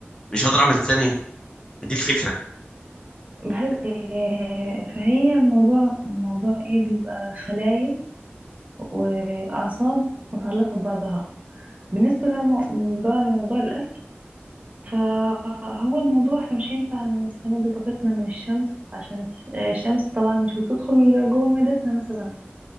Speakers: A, on the left; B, on the right.
A: مش هقدر اعمل ثانيه دي الفكره
B: بحس إيه فهي الموضوع موضوع ايه بيبقى خلايا واعصاب متعلقة ببعضها بالنسبة لموضوع لموضوع الاكل فهو الموضوع احنا مش هينفع نستمد طاقتنا من الشمس عشان الس- الشمس طبعا مش بتدخل جوه معدتنا مثلا